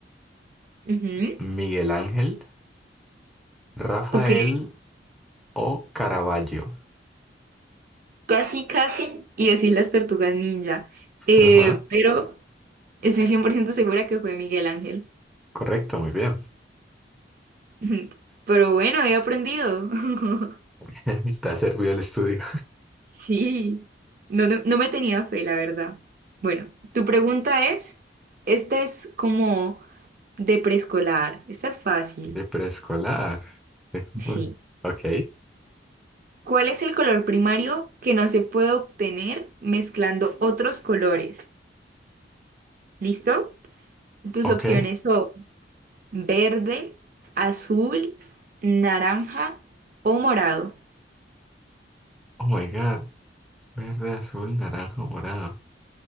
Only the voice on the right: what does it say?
Ujú.
Ok.
Casi, casi, y decir las tortugas ninja. Eh,
pero estoy 100% segura que fue Miguel Ángel.
<laughs> Pero bueno, he aprendido. <laughs>
Sí, no, no, no me tenía fe, la verdad. Bueno, tu pregunta es, esta es como de preescolar, esta es fácil.
Sí.
¿Cuál es el color primario que no se puede obtener mezclando otros colores? ¿Listo? Tus
opciones son verde, azul, naranja o morado.